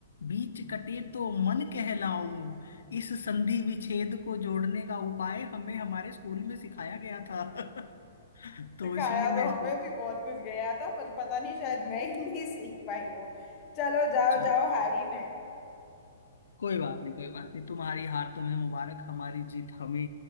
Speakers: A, on the left; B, on the left.
A: बीच कटे तो मन कहलाऊं इस संधि विच्छेद को जोड़ने का उपाय हमें हमारे स्कूल में सिखाया गया था <laughs> तो
B: सिखाया
A: इसलिए
B: तो
A: मैं इसको
B: हमें भी बहुत कुछ गया था पर पता नहीं शायद मैं ही नहीं सीख पाई हूँ चलो जाओ
A: चलो
B: जाओ हारी में
A: कोई बात नहीं कोई बात नहीं तुम्हारी हार तुम्हें मुबारक हमारी जीत हमें